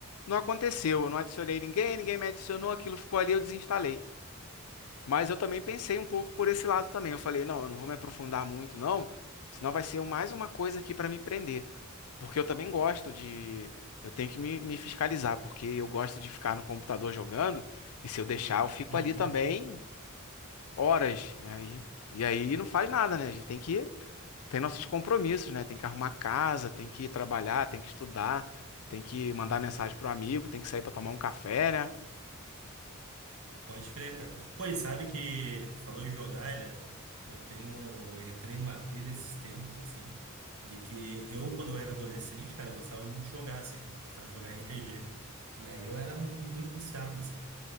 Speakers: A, on the left (about 80°); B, on the right (about 85°).
A: não aconteceu, eu não adicionei ninguém, ninguém me adicionou, aquilo ficou ali, eu desinstalei. Mas eu também pensei um pouco por esse lado também. Eu falei, não, eu não vou me aprofundar muito, não, senão vai ser mais uma coisa aqui para me prender. Porque eu também gosto de, eu tenho que me, me fiscalizar, porque eu gosto de ficar no computador jogando, e se eu deixar, eu fico
B: Uhum.
A: ali também horas, né? E, e aí não faz nada, né? A gente tem que tem nossos compromissos, né? Tem que arrumar casa, tem que ir trabalhar, tem que estudar, tem que mandar mensagem pro amigo, tem que sair pra tomar um café, né?
B: Pode crer, cara. Pô, e sabe que tu falou em jogar, Elias? Eu tenho, eu entrei numa pira esses tempos, assim, de que eu, quando eu era adolescente, cara, eu gostava muito de jogar, assim, eu gostava de jogar RPG. E aí eu era mu- muito viciado, assim,